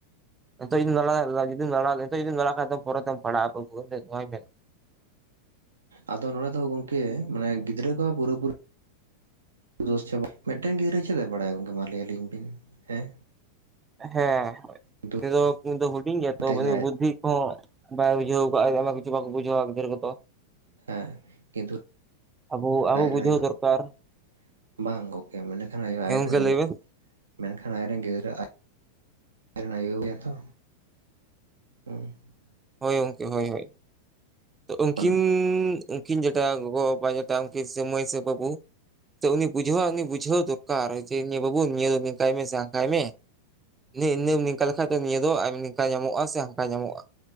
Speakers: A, on the right; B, on the right.
A: ᱱᱤᱛᱚᱜ ᱡᱩᱫᱤᱢ <unintelligible> ᱡᱩᱫᱤᱢ ᱞᱟᱲᱟᱣ ᱠᱷᱟᱡ ᱫᱚ ᱯᱚᱨᱮᱛᱮᱢ ᱯᱟᱲᱦᱟᱜᱼᱟ ᱵᱟᱵᱩ <unintelligible>
B: ᱟᱫᱚ ᱱᱚᱸᱰᱮ ᱫᱚ ᱜᱚᱝᱠᱮ ᱢᱟᱱᱮ ᱜᱤᱫᱽᱨᱟᱹ ᱫᱚ ᱯᱩᱨᱟᱹ ᱯᱩᱨᱤ <unintelligible> ᱢᱤᱫᱴᱮᱱ ᱜᱤᱫᱽᱨᱟᱹ ᱪᱮᱫ ᱵᱟᱭ ᱵᱟᱲᱟᱭᱟ ᱜᱚᱝᱠᱮ ᱢᱟ ᱞᱟᱹᱭ ᱟᱹᱞᱤᱧ ᱵᱤᱱ, ᱦᱮᱸ?
A: ᱦᱚᱸ
B: ᱠᱤᱱᱛᱩ
A: ᱦᱚᱸ <inaudible> ᱦᱩᱰᱤᱧ ᱜᱮᱭᱟ ᱛᱚ
B: ᱛᱮᱦᱮᱧ ᱟᱡ
A: ᱵᱩᱫᱽ-ᱫᱷᱤ ᱠᱚ ᱦᱚᱸ ᱵᱟᱭ ᱵᱩᱡᱟᱹᱣ ᱠᱟᱜᱟᱭ ᱚᱱᱟ ᱠᱷᱟᱹᱛᱤᱨ ᱵᱟᱠᱚ ᱵᱩᱡᱷᱟᱹᱣᱟ ᱜᱤᱫᱽᱨᱟᱹ ᱠᱚᱫᱚ ᱾
B: ᱦᱮᱸ, ᱠᱤᱱᱛᱩ
A: ᱟᱵᱚ ᱟᱵᱚ
B: ᱟᱡ
A: ᱵᱩᱡᱷᱟᱹᱣ
B: ᱨᱮᱱ ᱟᱭᱳ
A: ᱫᱚᱨᱠᱟᱨ
B: <inaudible> ᱵᱟᱝ ᱜᱚᱢᱠᱮ ᱢᱚᱱᱮ ᱠᱷᱟᱱ <unintelligible> ᱟᱡ
A: ᱦᱮᱸ ᱜᱚᱝᱠᱮ
B: ᱨᱮᱱ ᱟᱭᱳ
A: ᱞᱟᱹᱭ ᱵᱮᱱ
B: ᱢᱮᱱ ᱠᱷᱟᱱ ᱟᱡᱨᱮᱱ ᱜᱤᱫᱽᱨᱟᱹ ᱟᱡ ᱨᱮᱱ ᱟᱭᱳ ᱜᱮ ᱛᱚ ᱦᱩᱸ ᱾
A: ᱦᱳᱭ ᱜᱚᱝᱠᱮ, ᱦᱳᱭ, ᱦᱳᱭ ᱛᱚ ᱩᱱᱠᱤᱱ
B: ᱦᱩᱸ
A: ᱠᱤᱱ ᱡᱮᱴᱟ ᱜᱚᱜᱚ ᱵᱟᱵᱟᱭ ᱡᱮᱴᱟ ᱢᱚᱭ ᱥᱮ ᱵᱟᱵᱩ ᱛᱚ ᱩᱱᱤ ᱵᱩᱡᱷᱟᱹᱣᱼᱟ ᱩᱱᱤ ᱵᱩᱡᱷᱟᱹᱣ ᱫᱚᱨᱠᱟᱨ ᱡᱮ, ᱱᱤᱭᱟᱹ ᱵᱟᱹᱵᱩ ᱱᱤᱭᱟᱹ ᱱᱤᱝᱠᱟᱭ ᱢᱮ ᱥᱮ ᱦᱟᱝᱠᱟᱭ ᱢᱮ ᱾ ᱱᱤᱱᱟᱹᱢ ᱱᱤᱝᱠᱟ ᱞᱮᱠᱷᱟᱡ ᱫᱚ ᱱᱤᱭᱟᱹ ᱫᱚ ᱱᱤᱝᱠᱟ ᱧᱟᱢᱚᱜᱼᱟ ᱥᱮ ᱦᱟᱱᱠᱟ ᱧᱟᱢᱚᱜᱼᱟ ᱾